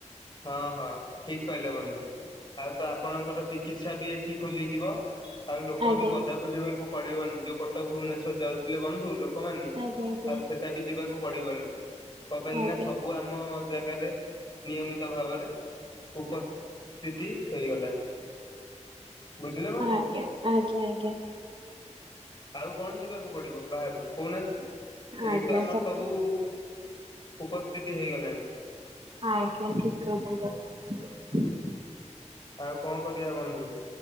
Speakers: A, on the left; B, on the right.
A: ହଁ ହଁ ଠିକ କହିଲେ ବନ୍ଧୁ। ଆଉ ତ ଆପଣଙ୍କର ଚିକିତ୍ସା ବି ଏଠି ଖୋଲିଯିବ। ଆଉ ଲୋକ
B: ଆଜ୍ଞା
A: ବି ପଦାକୁ ଯିବାକୁ ପଡ଼ିବନି ଜୋଉ କଟକ ଭୁବନେଶ୍ୱର ଯାଉଥିଲେ ବନ୍ଧୁ ଲୋକ ଲୋକମାନେ
B: ଆଜ୍ଞା ଆଜ୍ଞା
A: ଆଉ ସେଟା ବି ଯିବାକୁ ପଡିବନି। କଁ ପାଇଁ କି
B: ଆଜ୍ଞା
A: ନା ସବୁ ଆମ ଯାଜ ଜାଗାରେ ନିୟମିତ ଭାବରେ ଉପସ୍ଥିତି ହେଇଗଲାଣି। ବୁଝିଲେ ବନ୍ଧୁ।
B: ହଁ ଆଜ୍ଞା ଆଜ୍ଞା ଆଜ୍ଞା।
A: ଆଉ କଣ ଯିବାକୁ ପଡିବ ବାହାରୁକୁ କହୁନାହାନ୍ତି ଏଇଠି
B: ଆଜ୍ଞା
A: ତ ଆମର
B: ସତ
A: ସବୁ ଉପସ୍ଥିତି ହେଇଗଲାଣି।
B: ଆଜ୍ଞା ଠିକ କହିଚନ୍ତି ଆପଣ।
A: ଆଉ କଣ କରିବା ବନ୍ଧୁ